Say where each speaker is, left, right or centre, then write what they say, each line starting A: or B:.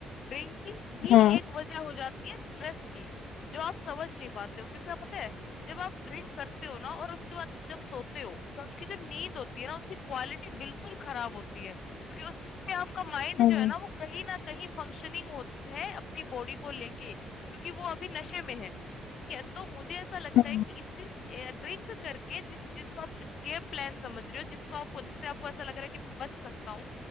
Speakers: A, on the left; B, on the left.
A: बैंकिंग भी
B: हम्म
A: एक वजह हो जाती है स्ट्रेस की जो आप समझ नहीं पाते हो क्योंकि क्या पता है जब आप ड्रिंक करते हो ना और उसके बाद जब सोते हो तो आपकी जो नींद होती है ना उसकी क्वालिटी बिल्कुल खराब होती है क्योंकि उस पे आपका माइंड
B: हम्म
A: जो है ना वो कहीं ना कहीं फंक्शनिंग होता है अपनी बॉडी को लेके क्योंकि वो अभी नशे में है ठीक है तो मुझे ऐसा लगता
B: हम्म
A: है कि इसी ड्रिंक करके जिस चीज को आप एस्केप प्लान समझ रहे हो जिसको आपको जिससे आपको ऐसा लग रहा है कि मैं बच सकता हूँ